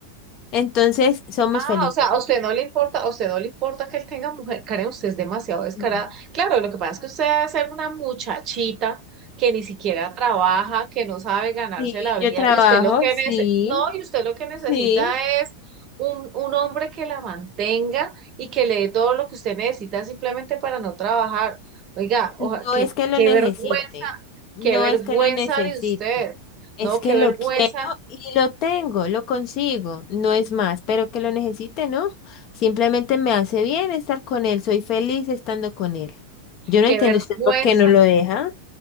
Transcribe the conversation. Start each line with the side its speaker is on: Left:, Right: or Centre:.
Left: Entonces, somos
Right: Ah,
Left: felices.
Right: o sea, a usted no le importa, a usted no le importa que él tenga mujer, Karen, usted es demasiado descarada.
Left: Ujú.
Right: Claro, lo que pasa es que usted debe ser una muchachita que ni siquiera trabaja, que no sabe ganarse
Left: Sí,
Right: la vida,
Left: yo trabajo,
Right: y usted lo que nece-
Left: sí,
Right: no, y usted lo que necesita
Left: sí.
Right: es un, un hombre que la mantenga y que le dé todo lo que usted necesita simplemente para no trabajar. Oiga, oja-
Left: No
Right: qué,
Left: es que lo
Right: qué
Left: necesite,
Right: vergüenza,
Left: no
Right: qué vergüenza
Left: es que lo necesite.
Right: de usted,
Left: Es
Right: ¿no?
Left: que
Right: Qué vergüenza,
Left: lo quiero y lo tengo, lo consigo. No es más, pero que lo necesite, ¿no? Simplemente me hace bien estar con él. Soy feliz estando con él. Yo
Right: qué
Left: no entiendo
Right: vergüenza,
Left: usted por qué no lo deja.